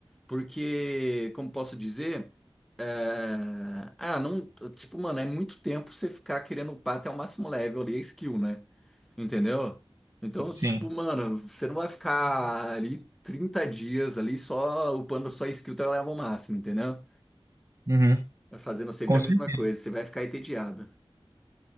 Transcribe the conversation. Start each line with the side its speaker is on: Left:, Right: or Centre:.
Centre: Porque, como posso dizer, é, ah, não, tipo, mano, é muito tempo você ficar querendo upar até o máximo level ali a skill, né? Entendeu? Então, tipo,
Right: Sim.
Centre: mano, você não vai ficar ali 30 dias ali só upando a sua skill até o level máximo, entendeu?
Right: Uhum,
Centre: É Fazendo sempre
Right: com
Centre: a
Right: certeza.
Centre: mesma coisa, você vai ficar entediado.